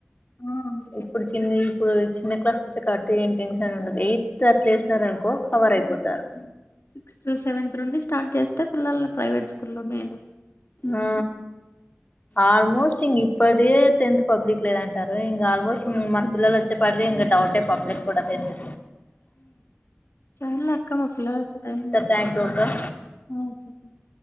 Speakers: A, on the left; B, on the left.
A: ఆ అందుకే
B: ఇప్పుడు చిన్నయి ప్పుడు చిన్న క్లాసెస్ యే కాబట్టి ఏం టెన్షన్ ఉండదు ఎయిత్ అట్లు ఏసినారు అనుకో కవర్ అయిపోతారు
A: సిక్స్త్ సెవెంత్ నుండి స్టార్ట్ చేస్తే పిల్లల్ని ప్రైవేట్ స్కూల్లో మెయిన్
B: ఆ ఆల్మోస్ట్ ఇంక ఇప్పటే టెన్త్ పబ్లిక్ లేదంటారు ఇంగ ఆల్మోస్ట్ మన పిల్లలు చ్చేపాటికి ఇంగా డౌటే పబ్లిక్ కూడా టెంత్
A: అవునులే అక్క మా పిల్లలొచ్చే టైం కి
B: థ్యాంక్ యూ అక్క
A: <inaudible>